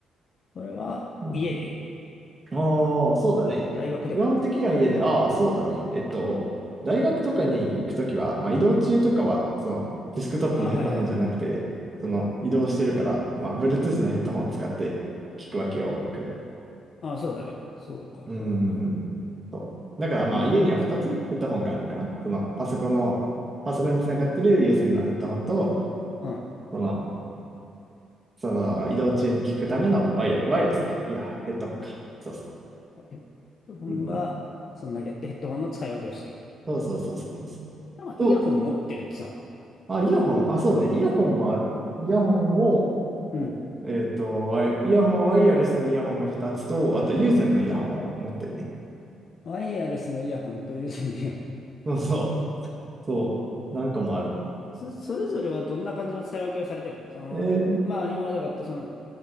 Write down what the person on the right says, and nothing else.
うん。
ああ、そうだね。
基本的には家で、ああ、そうだね。えっと、大学とかに行くときは、
まあ移動中とかは、そのデスクトップのヘッドホンじゃなくて、
その移動してるから、まあ Bluetooth のヘッドホンを使って聴くわけよ、音楽。
うん。
そう。だからまあ家には2つヘッドホンがあるのかな。
そのパソコンの、パソコンにつながってる有線のヘッドホンと、
その、その移動中に聞くためのワイヤレ、ワイヤレスね。いや、ヘッドホンか。そうそ
う。うんうん、
そうそうそうそうそ
う。と、
あ、イヤホン。
あ、そうね。イヤホンもある。イヤホンも、
えっと、ワイ、イヤホンはワイヤレスのイヤホンが2つと、あと有線のイヤホンを持ってるね。
そうそう。そう。何個もある。
えー